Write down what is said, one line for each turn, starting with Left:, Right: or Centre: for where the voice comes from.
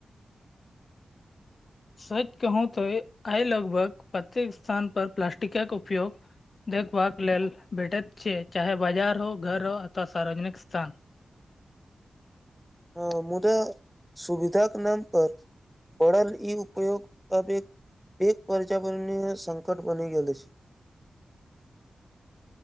Left: सच कहू तो आइ लगभग प्रत्येक स्थान पर प्लासस्टिकक उपयोग देखबाक लेल भेटैत छैय चाहे बाजार हो घर हो अथवा सार्वजनिक स्थान।
Centre: हँ मुदा सुविधाक नामपर बड़ल ई उपयोग अब एक प पर्यावरणीय संकट बनि गेल अछि।